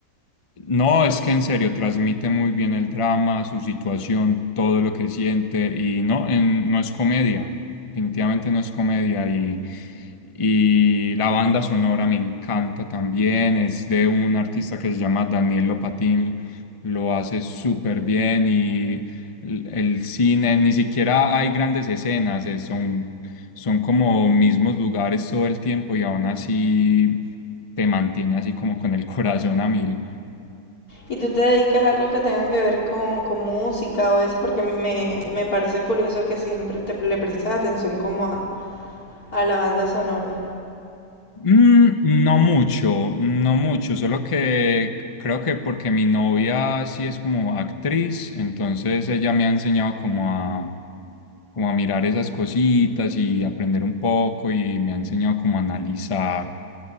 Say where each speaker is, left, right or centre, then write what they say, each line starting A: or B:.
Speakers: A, on the left; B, on the left.
A: No, es que en serio transmite muy bien el drama, su situación, todo lo que siente y no, en- no es comedia, definitivamente no es comedia y, y la banda sonora me encanta también, es de un artista que se llama Daniel Lopatin, lo hace súper bien y el, el cine, ni siquiera hay grandes escenas, eh, son, son como mismos lugares todo el tiempo y aún así te mantiene así como con el corazón a mil.
B: ¿Y tú te dedicas a algo que tenga que ver con, con música o eso? Porque me, me parece curioso que siempre te, le prestas atención como a, a la banda sonora.
A: Mm, no mucho, no mucho, solo que creo que porque mi novia sí es como actriz, entonces ella me ha enseñado como a, como a mirar esas cositas y aprender un poco y me ha enseñado como a analizar